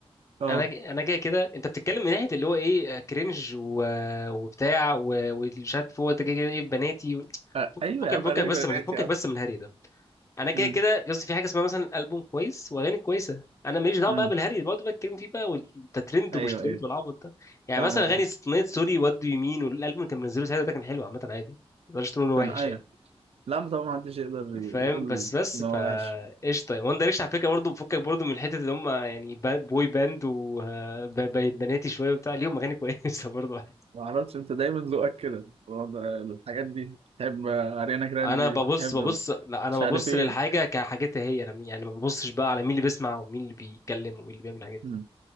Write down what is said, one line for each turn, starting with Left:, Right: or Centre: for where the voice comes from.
Right: اه
Left: انا انا جاي كده انت بتتكلم من ناحيه اللي هو ايه كرنج و... وبتاع و- ومش عارف هو انت كده كده ايه بناتي و...
Right: آه،
Left: فك-
Right: ايوه
Left: فكك
Right: يا عم
Left: فكك
Right: اغاني
Left: بس
Right: بنات
Left: من فكك
Right: يا عم
Left: بس من الهري ده انا كده
Right: امم
Left: كده بس في حاجه اسمها مثلا البوم كويس واغاني كويسه انا ماليش دعوه
Right: امم
Left: بقى بالهري اللي بقعدوا بقى يتكلموا فيه بقى وانت ترند
Right: ايوه
Left: ومش ترند
Right: ايوه
Left: والعبط ده يعني
Right: فاهم
Left: مثلا
Right: قصدك
Left: اغاني اغنيه سوري وات دو يو مين والالبوم اللي كان منزله ساعتها ده كان حلو عامه عادي ما تقدرش تقول انه وحش
Right: كان ايوه
Left: يعني
Right: لا ما طبعا محدش يقدر يقول
Left: فاهم بس بس
Right: ان
Left: فا
Right: هو وحش
Left: قشطه وان دايركشن على فكره برضه بفكك برضه من حته اللي هم يعني با- بوي باند وبناتي شويه وبتاع ليهم اغاني <laughs> كويسه برضه
Right: ما اعرفش انت دايما ذوقك كده الوضع- الحاجات دي تحب اريانا جراندي
Left: انا ببص
Right: تحب
Left: ببص لا انا
Right: مش
Left: ببص
Right: عارف ايه
Left: للحاجه كحاجتها هي انا يعني ما ببصش بقى على مين اللي بيسمع ومين اللي بيتكلم ومين اللي بيعمل الحاجات دي
Right: مم.